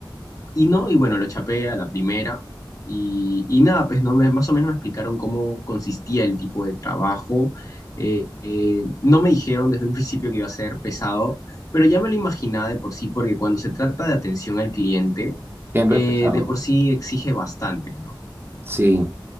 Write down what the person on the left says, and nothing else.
y no, y bueno, lo chapé a la primera. Y, y nada, pues no, me, más o menos me explicaron cómo consistía el tipo de trabajo. Eh, eh, no me dijeron desde un <laughs> principio que iba a ser pesado, pero ya me lo imaginaba de por sí, porque cuando se trata de atención al cliente,
eh,
de por sí exige bastante, ¿no?